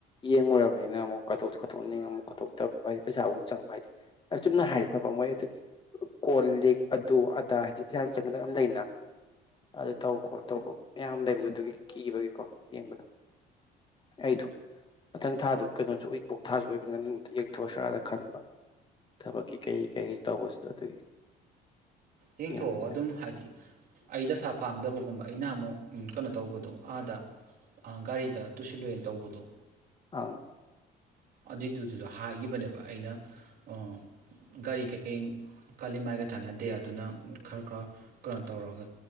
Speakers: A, on the left (about 30°); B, on the right (about 60°).
A: ꯌꯦꯡꯂꯡꯉꯨꯔꯕꯅꯤꯅ ꯑꯃꯨꯛ ꯀꯠꯊꯣꯛꯁꯨ ꯀꯠꯊꯣꯛꯅꯤꯡ ꯑꯃꯨꯛ ꯀꯠꯊꯣꯛꯇꯕ ꯍꯥꯏꯗꯤ ꯄꯩꯁꯥ ꯑꯃꯨꯛ ꯆꯪꯕ ꯍꯥꯏꯗꯤ꯫ ꯌꯥꯝ ꯆꯨꯝꯅ ꯍꯥꯏꯕ꯭ꯔꯕ ꯃꯣꯏ ꯑꯗꯨ ꯀꯣꯜ ꯂꯤꯛ ꯑꯗꯨ ꯑꯗꯥ ꯍꯥꯏꯗꯤ ꯄꯩꯁꯨ ꯆꯪꯒꯗꯕ ꯃꯌꯥꯝ ꯂꯩꯅ꯫ ꯑꯗꯨ ꯇꯧ ꯈꯣꯂ ꯇꯧꯕ꯫ ꯃꯌꯥꯝ ꯂꯩꯕꯗꯣ ꯑꯗꯨꯒꯤ ꯀꯤꯕꯒꯤꯀꯣ ꯌꯦꯡꯕꯗꯣ ꯑꯩꯗꯣ ꯃꯊꯪ ꯊꯥꯗꫭ ꯀꯩꯅꯣꯁꯨ ꯑꯩ ꯏꯄꯣꯛ ꯊꯥꯁꯨ ꯑꫭꯏꯕ <unintelligible> ꯌꯦꯡꯊꯣꯛꯁꯤꯔꯥꯅ ꯈꯟꯕ꯫ ꯊꯕꯛꯀꯤ ꯀꯩ꯫ ꯀꯩꯀꯩꯁꯤ ꯇꯧꯕꯁꯤꯗ ꯑꯗꯨꯒꯤ꯫
B: ꯌꯦꯡꯊꯣꯛꯑꯣ
A: ꯌꯦꯡꯅꯤꯡꯕꯅꯤ
B: ꯑꯗꯨꯝ ꯍꯥꯏꯗꯤ ꯑꯩ ꯗꯁꯥ ꯄꯥꯡꯗꯕꯒꯨꯝꯕ ꯑꯩꯅ ꯑꯃꯨꯛ꯫ ꯎꯝ ꯀꯩꯅꯣ ꯇꯧꯕꯗꯣ ꯑꯥꯗ ꯒꯥꯔꯤꯗ ꯇꯨꯁꯤꯜꯂꯨꯏꯅ ꯇꯧꯕꯗꫭ꯫
A: ꯑꯥ꯫
B: ꯑꯗꯨꯏꯗꯨꯗꯨꯁꯨ ꯍꯥꯏꯈꯤꯕꯅꯦꯕ ꯑꯩꯅ ꯑ ꯒꯥꯔꯤ ꯀꯩꯀꯩ ꯀꯥꯂꯤꯃꯥꯏꯒ ꯆꯥꯟꯅꯗꯦ ꯑꯗꯨꯅ ꯈꯔ ꯈꯔ ꯀꯩꯅꯣ ꯇꯧꯔꯒ